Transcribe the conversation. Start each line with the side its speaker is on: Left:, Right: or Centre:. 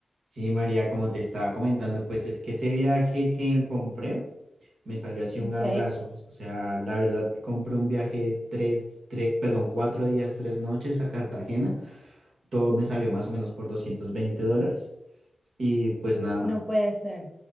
Right: Sí, María, como te estaba comentando, pues es que ese viaje que compré me salió así un
Centre: Ok,
Right: gangazo. O sea, la verdad, compré un viaje de tres, tres, perdón, cuatro días, tres noches a Cartagena. Todo me salió más o menos por 220 dólares. Y pues nada,
Centre: no puede ser.